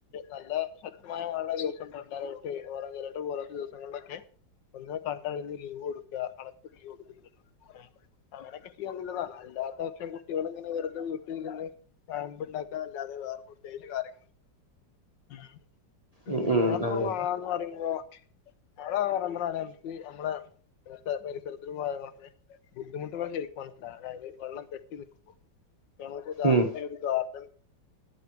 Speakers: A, on the left; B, on the right.
A: നല്ല ശക്തമായ മഴ ദിവസം <inaudible> ദിവസങ്ങളിലൊക്കെ ഒന്ന് കണ്ടറിഞ്ഞു ലീവ് കൊടുക്ക കളക്‌ടർ ലീവ് കൊടുക്ക അങ്ങനൊക്കെ ചെയ്യാൻുള്ളതാണ് അല്ലാത്ത പക്ഷം കുട്ടികൾ ങ്ങനെ വെറുതെ വീട്ടിലിരുന്ന് പയമ്പുണ്ടാക്കാന്നല്ലാതെ വേറെ <unintelligible> പിന്നെപ്പോ
B: ഉം ഉം അതെ
A: വന്ന് പറയുമ്പോ <unintelligible> നമ്മളെ <unintelligible> പരിസരത്തി ബുദ്ധിമുട്ട് ശരിക്കും അതായത് വെള്ളം കെട്ടിനിക്കുമ്പോ <unintelligible>
B: ഉം